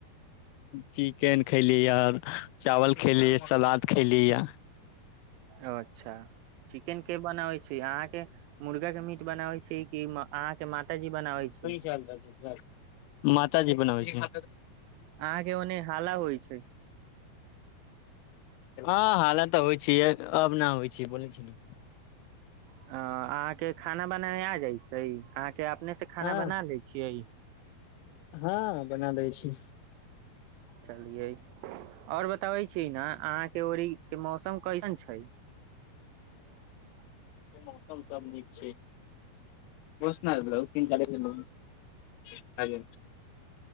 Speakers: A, on the left; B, on the right.
A: चिकेन खैली या चावल खली सलाद खैली या
B: ओ अच्छा चिकेन के बनाबे छै अहाँ के मुर्गा के मी बनाबै छै कि अहाँ के माता जी बनाबै छै
A: <unintelligible> मात जी बनाबै छै
B: अहाँ के ओन्ने हाला होइ छै
A: हँ हालत तऽ होइ छै अब नहि होइ छै बोलै छी ने
B: अ अहाँ के खाना बनाबा आ जाय छै अहाँ के अपने से खाना
A: हँ
B: बना लै छियै
A: हँ बना दै छी
B: चलिये ओर बताबै छी ने अहाँ के ओर के मौसम कैसन छै ह
A: मौसम सब नीक छै बसना <unintelligible> तीन सारी